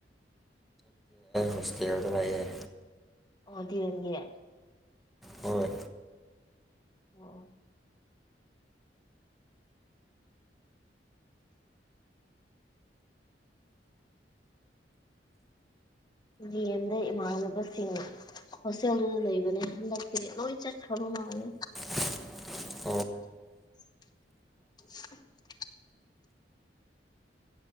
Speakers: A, in the centre; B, on the left.
A: ꯃꯁꯇꯦ ꯑꯗꯨꯗ ꯂꯩꯑꯌꯦ
B: ꯑꯣꯗꯤꯗꯤꯦ
A: ꯍꯣꯏ
B: ꯎ ꯖꯤꯗꯃꯅꯕꯁꯤꯡ ꯍꯣꯁꯇꯦꯜꯗꯨꯅ ꯂꯩꯕꯅꯦ ꯍꯟꯗꯛꯇꯤ ꯅꯣꯏ ꯆꯠꯈ꯭ꯔꯕ ꯃꯥꯑꯣꯅꯦ
A: <unintelligible>
B: <unintelligible> <unintelligible>